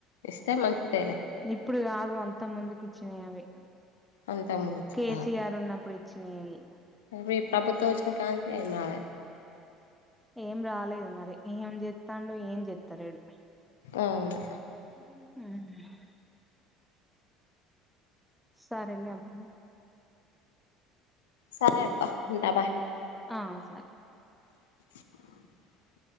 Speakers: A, on the left (about 70°); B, in the centre.
A: ఇస్తే మంచిదేలే
B: ఇప్పుడు కాదు అంత ముందుకి ఇచ్చినయి అవి
A: అంతకు ముందు ఇచ్చిన
B: కేసీఆర్ ఉన్నప్పుడు చెయ్యాయి
A: ఇవి ప్రభుత్వం వచ్చిన కాంచీ ఏం రాలే
B: ఏం రాలేదు మరి ఏం చెత్తండు ఏం చెత్తలేడు
A: అవును
B: హమ్ సరేలే అంటున్న
A: సరే అబ్బా ఉంటా బాయ్
B: ఆ స
A: <inaudible>